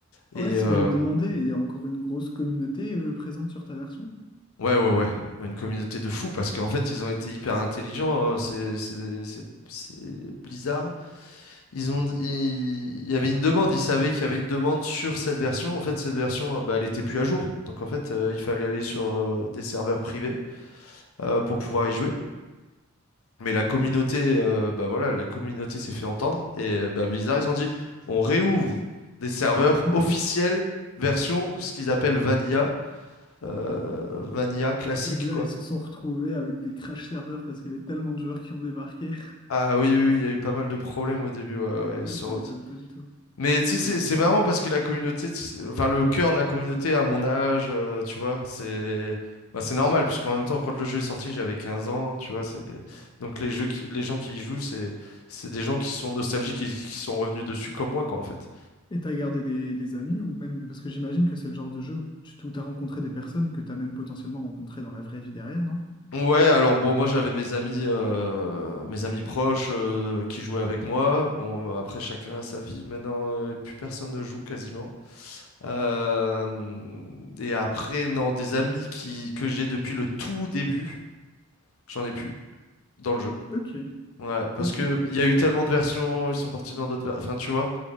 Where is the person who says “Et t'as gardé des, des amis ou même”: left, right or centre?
Left